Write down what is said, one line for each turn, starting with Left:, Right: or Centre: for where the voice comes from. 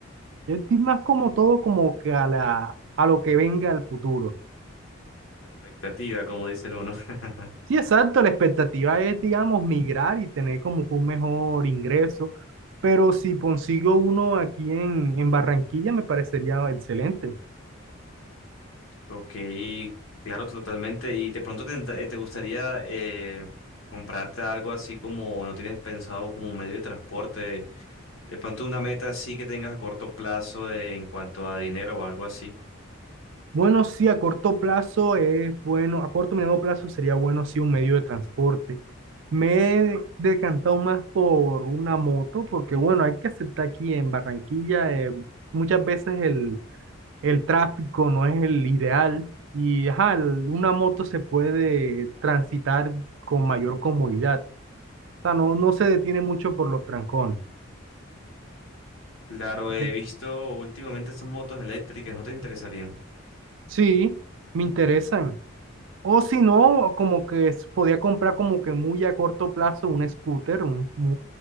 Right: Yo estoy más como todo como que a la, a lo que venga al futuro.
Left: La expectativa, como dice uno. <laughs>
Right: Sí, exacto, la expectativa es, digamos, migrar y tener como que un mejor ingreso, pero si consigo uno aquí en, en Barranquilla me parecería excelente.
Left: Ok, claro, totalmente. ¿Y de pronto te, te gustaría eh, comprarte algo así como no tienes pensado como un medio de transporte? De pronto una meta así que tengas a corto plazo en cuanto a dinero o algo así.
Right: Bueno, sí, a corto plazo es bueno, a corto y mediano plazo sería bueno, sí, un medio de transporte. Me he decantado más por una moto, porque bueno, hay que aceptar aquí en Barranquilla, eh, muchas veces el, el tráfico no es el ideal y ajá, el- una moto se puede transitar con mayor comodidad. O sea, no, no se detiene mucho por los trancones.
Left: Claro, he
Right: Bien.
Left: visto últimamente esas motos eléctricas, ¿no te interesarían?
Right: Sí, me interesan. O si no, como que s- podía comprar como que muy a corto plazo un scooter, un, un,